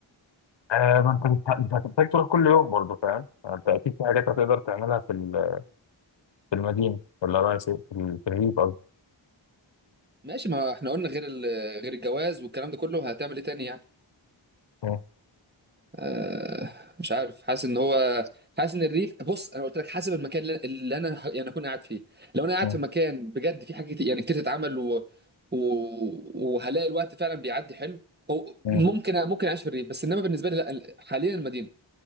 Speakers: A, on the left (about 60°); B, on the right (about 20°).
A: آه ما أنت مش ه- مش هتحتاج تروح كل يوم برضه فاهم يعني أنت أكيد في حاجات هتقدر تعملها في ال- في المدينة ولا رأيك إيه؟ في ال- في الريف
B: ماشي ما احنا قلنا غير ال... غير الجواز والكلام ده كله هتعمل ايه تاني يعني
A: مم.
B: آه مش عارف حاسس ان هو حاسس ان الريف بص انا قلت لك حسب المكان اللي اللي انا ه- يعني اكون قاعد فيه لو انا قاعد
A: مم.
B: في مكان بجد في حاجه كتير- يعني كتير تتعمل و... و... وهلاقي الوقت فعلا بيعدي حلو أو
A: مم.
B: ممكن ممكن اعيش في الريف بس انما بالنسبه لي لا حاليا المدينه